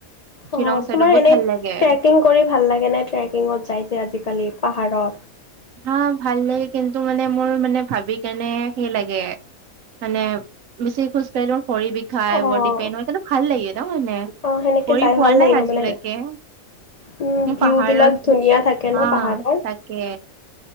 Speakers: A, on the right; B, on the left.
A: শ্বিলং
B: অ',
A: চাইডত
B: তোমাৰ
A: বহুত
B: এনেই
A: ভাল লাগে
B: ট্ৰেকিং কৰি ভাল লাগে নে, ট্ৰেকিঙত যায় যে আজিকালি পাহাৰত।
A: হা ভাল লাগে, কিন্তু মানে মোৰ মানে ভাবি কেনে সেই লাগে। মানে বেছি খুজ কাঢ়িলে মোৰ ভৰি বিষ খাই
B: অ',
A: বডি পেইন হয়, কিন্তু ভাল লাগে ন মানে,
B: অ', সেনেকে
A: কৰি
B: যাই
A: পোৱা
B: ভাল
A: নাই
B: লাগিব
A: আজিলৈকে।
B: মানে উম
A: এই
B: ভিউ
A: পাহাৰত,
B: বিলাক ধুনীয়া থাকে ন
A: হা
B: পাহাৰৰ
A: তাকে।